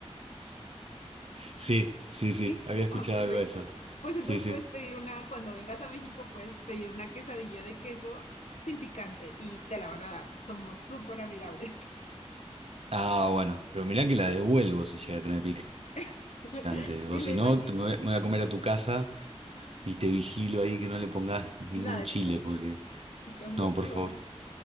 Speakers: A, on the right; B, on the left.
A: Sí, sí, sí,
B: Sí.
A: había
B: <laughs>
A: escuchado
B: Ah, perfecto.
A: algo de eso.
B: Pues
A: Sí,
B: entonces
A: sí.
B: puedes pedir una, cuando vengas a México, puedes pedir una quesadilla de queso sin picante y te la van a dar. Somos súper amigables.
A: Ah, bueno, pero mirá que la devuelvo si llega a tener
B: <laughs>
A: picante. O
B: Sí,
A: si
B: me imagino.
A: no, te- me voy, me voy a comer a tu casa y te vigilo ahí que no le pongas ningún
B: Nada de
A: chile,
B: picante.
A: porque...
B: <laughs> Con
A: No,
B: gusto,
A: por
B: Gabriel.
A: favor.